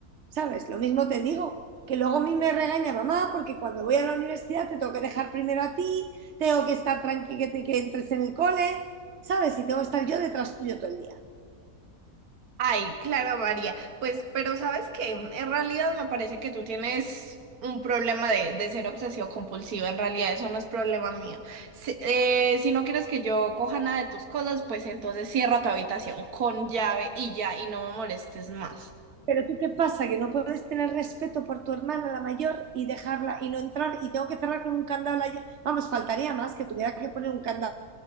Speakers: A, on the right; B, on the right.
A: ¿Sabes? Lo mismo te digo, que luego a mí me regaña mamá porque cuando voy a la universidad te tengo que dejar primero a ti tengo que estar tranquila, que, que, entres en el cole, ¿sabes? Y tengo que estar yo detrás tuyo todo el día.
B: ay, Clara María. Pues, pero ¿sabes qué? En realidad me parece que tú tienes un problema de, de ser obsesivo compulsivo. En realidad eso no es problema mío. Si, eh, si no quieres que yo coja nada de tus cosas, pues entonces cierra tu habitación con llave y ya, y no me molestes más.
A: Pero tú qué pasa, que no puedes tener respeto por tu hermana, la mayor, y dejarla y no entrar, y tengo que cerrar con un candado. La... Vamos, faltaría más que tuviera que poner un candado